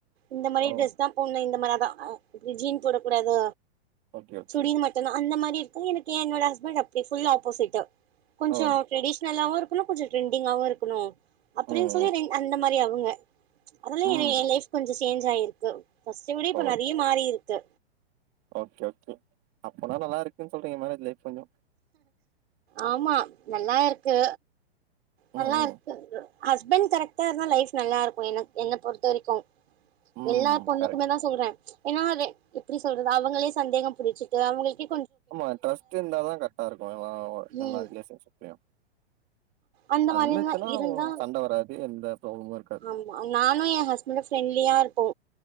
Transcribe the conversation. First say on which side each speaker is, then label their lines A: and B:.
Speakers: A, on the right; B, on the right.
A: இந்த மாரி
B: ஓ
A: ட்ரெஸ் தான் போன்னு இந்த மாரி அதான் அ இப்டி ஜீன் போட கூடாது
B: ஓகே ஓகே
A: சுடின் மட்டுந்தான் அந்த மாரி எனக்கு என்னோட ஹஸ்பெண்ட் ஃபுல் ஆப்போசிட்டு கொஞ்சோ
B: ஓ
A: ட்ரெடிஷனலாவும் கொஞ்ச ட்ரெண்டிங்காகவும் இருக்கணு அப்டின்னு
B: ம் ம்
A: சொல்லி அந்த மாரி அவுரு உங்க அதுல்லா
B: ம்
A: என் ஏ லைப் கொஞ்ச சேஞ்ச் ஆயிருக்கு ஃபர்ஸ்ட்ட விட இப்ப
B: ஓய்
A: நெறைய மாறி இருக்கு
B: ஓகே ஓகே அப்பனா நல்லா இருக்குன்னு சொல்றீங்க மேரேஜ் லைப் கொஞ்சோம்
A: ஆமா நல்லா இருக்கு நல்லாருக்கு
B: ம் ம்
A: ஹஸ்பெண்ட் கரெக்ட்டா இருந்தா லைஃப் நல்லாருக்கும் எனக் என்னை பொறுத்த வரைக்கும்
B: ம்
A: எல்லா பொண்ணுக்குமே
B: கரெக்ட்
A: தா சொல்றே ஏன்னா அத எப்டி சொல்றது அவுங்களே சந்தேகம் புடிச்சிட்டு அவுங்களுக்கே
B: ஆமா ட்ஸ்ட் இருந்தாத கரெக்டா இருக்கு எல்லா
A: ம்
B: ரிலேஷன்ஷிப்ளையு
A: அந்த
B: அது
A: மாரி
B: இருந்துந்துச்சுன்னா
A: எல்லா இருந்தா
B: சண்ட வராது எந்த ப்ராப்ளமு இருக்காது
A: ஆமா நானு என் ஹஸ்பண்டு ஃப்ரெண்ட்லியா இருப்போ